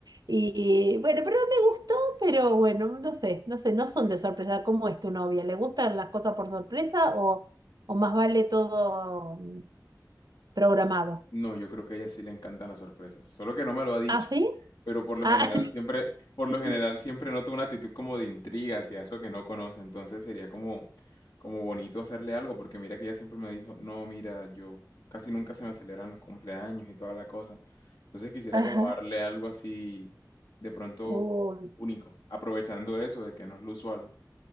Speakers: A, on the right; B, on the left.
A: Y bueno, pero me gustó, pero bueno, no sé, no sé, no son de sorpresa. ¿Cómo es tu novia? ¿Le gustan las cosas por sorpresa o, o más vale todo mm, programado?
B: No, yo creo que a ella sí le encantan las sorpresas, solo que no me lo ha dicho.
A: ¿Ah, sí?
B: Pero por lo
A: Ah,
B: general siempre, por lo
A: <laughs>
B: general siempre noto una actitud como de intriga hacia eso que no conoce, entonces sería como, como bonito hacerle algo, porque mira que ella siempre me dijo, no, mira, yo casi nunca se me celebran los cumpleaños y toda la cosa. Entonces quisiera
A: ajá.
B: como darle algo así de pronto
A: Uy.
B: único, aprovechando eso de que no es lo usual.